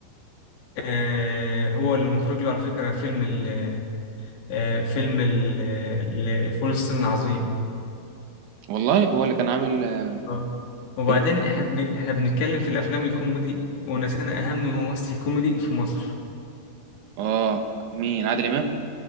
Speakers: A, on the left; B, on the right.
A: آه هو اللي مخرج له على فكرة فيلم ال آه فيلم ال آه، ل- فول الصين العظيم
B: والله هو اللي كان عامل آه،
A: اه وبعدين
B: فيلم
A: احنا بن... احنا بنتكلم في الافلام الكوميدي ونسينا اهم ممثل كوميدي في مصر
B: اه مين عادل امام